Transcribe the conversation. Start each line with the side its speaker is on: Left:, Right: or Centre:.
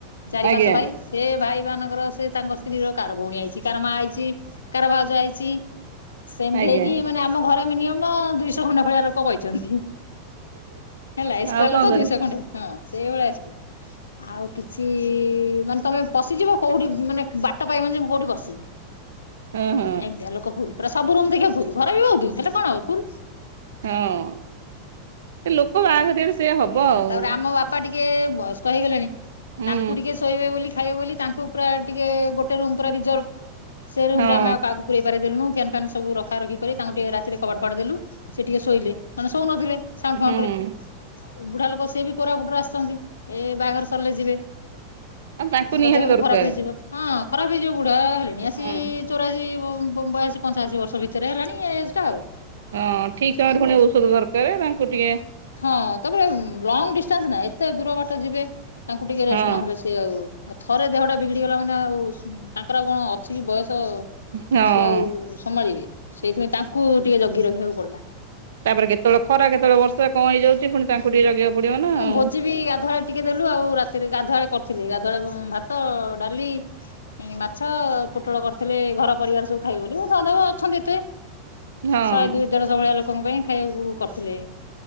Left: ଚାରି
Right: ଆଜ୍ଞା
Left: ପାଞ୍ଚ ଭାଇ ସେ ଭାଇ ମାନଙ୍କର ସେ ତାଙ୍କ ସ୍ତ୍ରୀ ର କାର ଭଉଣୀ ଆଇଛି କାାର ମା ଆଇଛି କାାର ଭାଉଜ ଆଇଛି ସେମିତି
Right: ଆଜ୍ଞା
Left: ହେଇକି ମାନେ ଆମ ଘରେ ମିନିମ ଦୁଇଶହ ଖଣ୍ଡା ଭଳିଆ ଲୋକ କହିଛନ୍ତି ହେଲା ଏଷ୍ଟ
Right: ଆଉ କଣ
Left: ଲ କ
Right: କରିବା
Left: ଦୁସ କଣ୍ଡେ ହଁ ସେଇଭଳିଆ ଆସେ ଆଉ କିଛି ମାନେ ତମେ ପଶିଯିବ କୋଉଠି ମାନେ ବାଟ ପାଇବନ ଯେ ମୁଁ କୋଉଠି ପଶିବି
Right: ହଁ ହଁ।
Left: ଏକ ଦେ ଲୋକ ଫୁଲ ପୁର ସବୁ ଦେଖିବାଖହୁୁ ଘରେର ବି ବଉୁ ହେଲା କଣ ହ ପୁଲ
Right: ହଁ ଲୋକ ବାହାଘର ଏବେ ସେ ହବ
Left: ହଁ
Right: ଆଉ
Left: ତାପରେ ଆମ ବାପା ଟିକେ ବୟସ୍କ ହେଇଗଲେଣି
Right: ହୁଁ
Left: ତାଙ୍କୁ ଟିକେ ଶୋଇବେ ବୋଲି ଖାଇବ ବୋଲି ତାଙ୍କୁ ପୁରା ଟିକେ ଗୋଟେ ରୁମ ପ ରିଜର୍ଭ ସେୁମରେ
Right: ହଁ।
Left: ଆମେ କାକୁ ପୁର ାରି ଦେଲୁ ଫ୍ୟାନ୍ ଫ୍ୟାନ୍ ସବୁ ରଖ ରଖ କରି ତାଙ୍କୁ ଟିକେ ରାତିରେ କବାଡ ଫଟଡ଼ ଦେଲୁ ସେ ଟିକେ ଶୋଇଲେ ମାନେ ଶୋଉ ନଥିଲେ ସଣ ଖଣ୍ଡି
Right: ହୁଁ ହଁ
Left: ଉ ବୁଢା ଲୋକ ସେଏ ବି କୋରାପୁଟରେ ଆସିଛନ୍ତି ଏ ବାହାଘର ସରିଲେ ଯିବେ ଆଉ
Right: ତାଙ୍କୁ
Left: ତାଙ୍କ
Right: ନିହାତି
Left: ଦେହ
Right: ଦରକାର
Left: ବି ଖରାପ ହେଇଯିବ ହଁ ଖରାପ ହେଇଯାଉ ବୁଡା ଣି ଅସି
Right: ହଁ।
Left: ଚୋରା ବୟାୀ ପଞ୍ଚାଅଶୀ ବର୍ଷ ଭିତରେ ହେଲାଣି ଏଜ୍ ଟା ଆଉ
Right: ହଁ ଠିକ ଚ ହଣି ଔଷଧ ନାନ କୁଟିିକେ
Left: ହଁ ତାପ ଲ ନା ଏତେ ଦୂର ବାଟ ଯିବେ ତାଙ୍କୁ ଟିକେ ରେଷ୍ଟ
Right: ହଁ
Left: ନହେଲେ ସିଏ ଆଉ ଆଉ ଥରେ ଦେହଟା ବିଗିଡି ଗଲା ମାନେ ଆଉ ତାଙ୍କର କଣ ଅଛି କି ବୟସ। ତ
Right: ହଁ।
Left: ସିଏ ଆଉ ସମାଳିବେ। ସେଇଥିପାଇଁ ତାଙ୍କୁ ଟିକେ ଜଗି ରଖିବାକୁ ପଡିଲା।
Right: ତାପରେ କେତେବେଳେ ଖରା କେତେବେଳେ ବର୍ଷା। କଣ ହେଇଯାଉଛି ପୁଣି ତାଙ୍କୁ ଟିକେ ଜଗିବାକୁ ପଡିବ ନା
Left: ହୁଁ
Right: ଆଉ।
Left: ଭୋଜି ବି ଗାଧୁଆଳି ଟିକେ ଦେଲୁ ଆଉ ରାତିରେ ଗାଧୁଆ କରିଥିଲି। ବେଳେ ଭାତ, ଡାଲି, ମାଛ, ପୋଟଳ କରିଥିଲେ ଘର ପରିବାର ସବୁ ଖାଇବ ବୋଲି ଧର ଅଛନ୍ତି ଏତେ।
Right: ହଁ
Left: ଶହେ ଦେଢ଼ଶ ଭଳିଆ ଲୋକ। ଲୋକଙ୍କ ପାଇଁ ଖାଇବାକୁ କରିଥିଲେ।